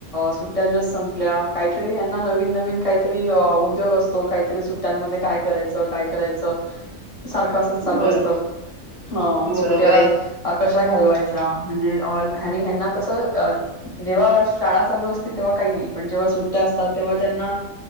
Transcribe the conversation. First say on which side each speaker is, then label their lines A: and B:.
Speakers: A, on the left; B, on the right.
A: सुट्ट्या जस्ट सम्प आप काहीतरी ह्याना नवीन नवीन काहीतरी उद्योग असतो काहीतरी सुट्ट्यांमध्ये काय करायच काय करायच, सारख असच चालू
B: बरोबर
A: असत, अ
B: बरोबर
A: सुट्ट्या
B: आहे
A: कशा घालवायच्या म्हणजे ह्यांनी ह्यांना कस अ जेव्हा शाळा चालू असते तेव्हा काही पण जेव्हा सुट्ट्या असतात तेव्हा त्यांना